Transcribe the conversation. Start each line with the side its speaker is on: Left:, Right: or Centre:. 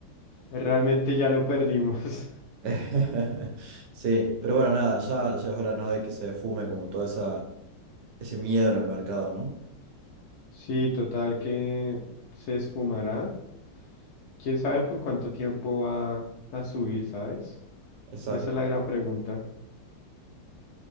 Left: Realmente ya lo perdimos. <laughs>
Right: <laughs> Sí, pero bueno, nada, ya, ya es hora, ¿no? De que se fume como todo esa, ese miedo en el mercado, ¿no?
Left: Sí, total que se esfumará. ¿Quién sabe por cuánto tiempo va a subir, sabes?
Right: Exacto.
Left: Esa es la gran pregunta.